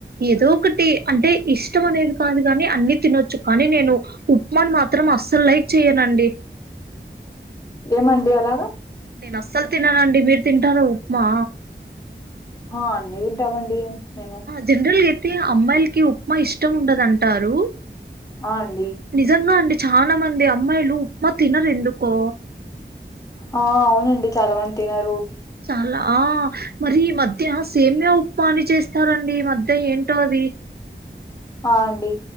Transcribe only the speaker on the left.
ఏమ్ అండి అలాగ
హా అండి అన్నీ తింటామండి మేము
ఆ అండి
ఆ అవునండి చాలా మంది తిినారు
ఆ అండి